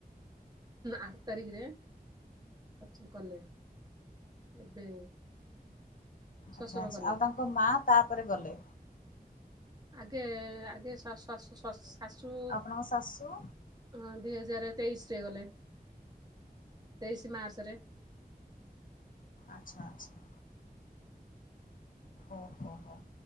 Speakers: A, on the right; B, on the left.
A: ଆଠ ତାରିଖରେ ଖର୍ଚ୍ଚ କଲେ। ଏବେ ଶ୍ୱଶୁର
B: ଆଛା ଆଚ୍ଛା
A: କଲେ
B: ଆଉ ତାଙ୍କ ମା ତାପରେ ଗଲେ।
A: ଆଗେ ଆଗେ ଶ-ଶ-ଶ-ଶାଶୁ
B: ଆପଣଙ୍କ ଶାଶୁ
A: ହଁ ଦିଇହଜାରେ ତେଇଶିରେ ଗଲେ ତେଇଶି ମାର୍ଚ୍ଚରେ।
B: ଆଚ୍ଛା ଆଚ୍ଛା। ଓହୋହୋ